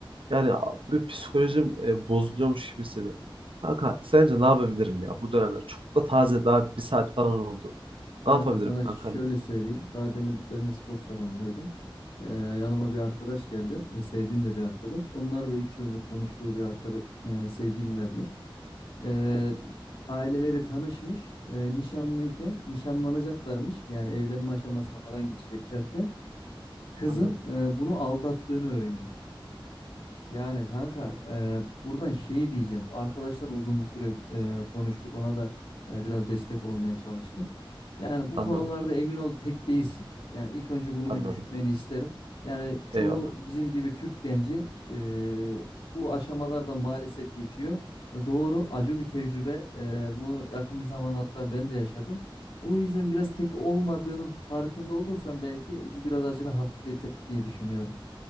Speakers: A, on the right; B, on the left.
A: Yani bir psikolojim e, bozuluyormuş gibi hissediyorum. Kanka sence ne yapabilirim ya bu dönemde? Çok da taze daha bir saat falan oldu.
B: Kanka
A: Ne yapabilirim
B: sana
A: kankam
B: şöyle
A: benim?
B: söyleyeyim. Daha demin ben de spor salonundaydım. Ee, yanıma bir arkadaş geldi. Ee, Sevdiğim de bir arkadaş. Onlar da 3 yıldır konuştuğu bir arkadaş e, sevgililermiş. Ee, aileleri tanışmış. Ee, nişanlıyken nişanlanacaklarmış. Yani evlenme aşamasına falan geçeceklerken kızın
A: Anladım.
B: e, bunu aldattığını öğreniyor. Yani kanka e, buradan şeyi diyeceğim. Arkadaşla da uzun bir süre e, konuştuk. Ona da e, biraz destek olmaya çalıştım. Yani bu
A: Anladım.
B: konularda
A: kankam,
B: emin ol tek değilsin. Yani ilk önce bunu
A: Anladım.
B: bir düşünmeni isterim. Yani çoğu
A: Eyvallah.
B: bizim gibi Türk genci e, bu aşamalarda maalesef geçiyor. Doğru, acı bir tecrübe. E, bunu yakın bir zaman hatta ben de yaşadım. O yüzden biraz tek olmadığının farkında olursan belki bu biraz acını hafifletir diye düşünüyorum.